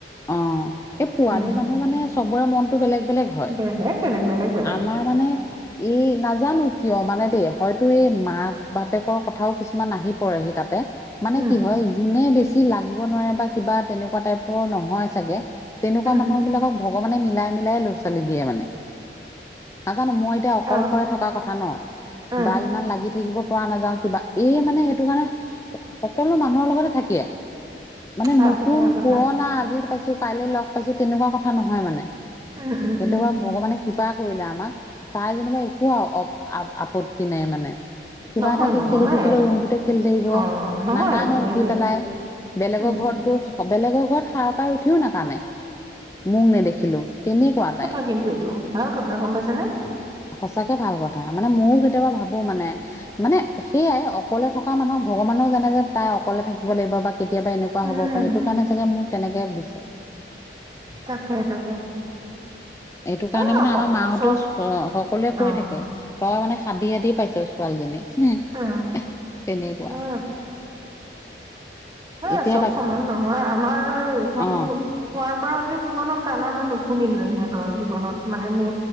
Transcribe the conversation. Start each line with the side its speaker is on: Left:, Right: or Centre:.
Left: অঁ। এই পোৱালি
Right: উম
Left: মানুহ মানে- চবৰে মনটো বেলেগ বেলেগ হয়। হয়,
Right: বেলেগ বেলেগ বেলেগ বেলেগ
Left: আমাৰ মানে এই নাজানো কিয় মানে দেই? হয়- টো এই মাক -বাপেকৰ কথাও কিছুমান আহি পৰেহি তাতে। মানে
Right: উম
Left: কি হয়? যোনে বেছি লাগিব নোৱাৰে বা কিবা তেনেকুৱা টাইপৰ নহয় চাগে তেনেকুৱা
Right: উম
Left: মানুহ বিলাকক- ভগৱানে মিলাই, মিলাই ল'ৰা -ছোৱালী দিয়ে মানে। নাজানো, মই এতিয়া অকলশৰে
Right: অ
Left: থকা কথা ন'।
Right: উম
Left: বা ইমান লাগি থাকিব পৰা নাযাও কিবা, এই মানে সেইটো কাৰণে সকলো মানুহৰ লগতে- থাকে মানে
Right: ভাল
Left: নতুন,
Right: কথা ভাল কথা
Left: পুৰণা আজি- পাইছো, কাইলে লগ পাইছো, তেনেকুৱা কথা নহয় মানে
Right: উম উম
Left: সেইটো
Right: উম
Left: বাৰু ভগৱানে- কৃপা কৰিলে আমাক। তাই যেনিবা একো অ- আপত্তি নাই মানে। কিবা
Right: নহয়
Left: এটা দি
Right: নহয়
Left: খেলি থাকিলেও ৰুমটোতে খেলি থাকিব,
Right: অ নহয়
Left: নাকান্দেও।
Right: হেৰি
Left: উঠি পেলাই, বেলেগৰ
Right: উম
Left: ঘৰত গৈ, বেলেগৰ ঘৰত সাৰ পাই উঠিও নাকান্দে। মোক নেদেখিলো, তেনেকুৱা তাই।
Right: সেইটোৱে। ভাল কথা, গম পাইছানে?
Left: সঁচাকে ভাল কথা মানে মইয়ো কেতিয়াবা ভাবোঁ মানে। মানে সেয়াই, অকলে থকা মানুহক ভগৱানেও জানে যে তাই অকলে থাকিব লাগিব বা কেতিয়াবা এনেকুৱা
Right: উম
Left: কুৱা হ'ব পাৰে এইটো কাৰণে চাগে মোক তেনেকে দিছে।
Right: তাকে তাকে!
Left: এইটো
Right: সেই
Left: কাৰণে মানে আমাৰ মাহঁতেও
Right: চব
Left: সকলোৱে কৈ
Right: অ
Left: থাকে। তই মানে সাদি-সাদি পাইছ ছোৱালীজনী <unintelligible>
Right: অ অ
Left: তেনেকুৱা।
Right: হয় সেইয়া
Left: এতিয়া
Right: চব
Left: বাকী
Right: সমান নহয়, আমাৰ ইহঁতো
Left: অ
Right: শুৱাৰ পৰা উঠি জীৱনত কান্দা মই নুশুনিলোৱে। সিহঁতৰ জীৱনত মানে মোৰ